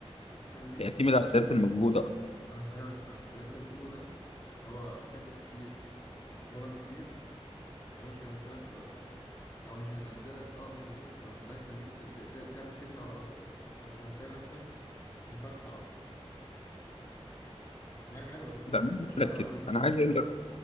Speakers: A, on the left; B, on the left.
A: التمرين
B: اعتمد
A: من غير
B: على زيادة
A: ما
B: المجهود اكتر
A: ما انا فاهمك فاهمك اللي انت بتقوله ده اللي هو هتاكل كتير وتتمرن كتير ده مش هينزلك في الوزن او مش هينزلك اه مش هينزلك في الوزن ده هيخليك ت- ت- ت- تعمل تبني عضلات اكتر فانت هتلاقي نفسك اتنفخت عضل دي حاجه حلوه طبعا
B: ده مين
A: بس
B: اللي
A: ده مش اللي
B: قال
A: انا
B: لك
A: بعمله
B: كده
A: دلوقتي
B: انا عايز اقول لك